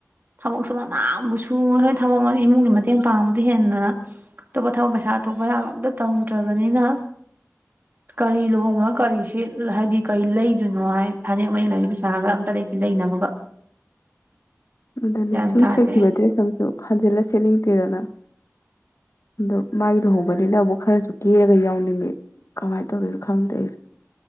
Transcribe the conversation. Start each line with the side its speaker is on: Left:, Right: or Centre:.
Right: ꯊꯕꯛꯁꯨ ꯃꯅꯥ ꯑꯃ ꯐꯥꯎꯕꯨ ꯁꯨ ꯍꯣꯏ ꯊꯕꯛ ꯏꯃꯨꯡꯒꯤ ꯃꯇꯦꯡ ꯄꯥꯡꯕꯗꯤ ꯍꯦꯟꯗꯅ ꯑꯇꯣꯞꯄ ꯊꯕꯛ ꯄꯩꯁꯥ ꯊꯣꯛꯄ ꯌꯥꯕ ꯑꯝꯇ ꯇꯧꯗ꯭ꯔꯕꯅꯤꯅ ꯀꯔꯤ ꯂꯨꯍꯣꯡꯕꯅ ꯀꯔꯤ ꯁꯦꯠ ꯍꯥꯏꯗꯤ ꯀꯩ ꯂꯩꯗꯣꯏꯅꯣ ꯍꯥꯏ ꯐꯅꯦꯛ ꯃꯌꯦꯛ ꯅꯥꯏꯕꯤ ꯄꯩꯁꯥꯒ ꯑꯝꯇ ꯂꯩꯇꯦ ꯂꯩꯅꯕꯒ
Left: ꯑꯗꯨꯅꯦ
Right: ꯒ꯭ꯌꯥꯟ
Left: ꯁꯨꯝ
Right: ꯇꯥꯗꯦ
Left: ꯁꯦꯠꯈꯤꯕ ꯗ꯭ꯔꯦꯁ ꯑꯃꯁꯨ ꯍꯟꯖꯤꯜꯂ ꯁꯦꯠꯅꯤꯡ ꯅꯠꯇꯦꯗꯅ ꯑꯗꯣ ꯃꯥꯒꯤ ꯂꯨꯍꯣꯡꯕꯅꯤꯅ ꯑꯃꯨꯛ ꯈꯔꯁꯨ ꯀꯦꯔꯒ ꯌꯥꯎꯅꯤꯡꯉꯤ ꯀꯃꯥꯏꯅ ꯇꯧꯗꯣꯏꯅꯣ ꯈꯪꯗꯦ ꯑꯩꯁꯨ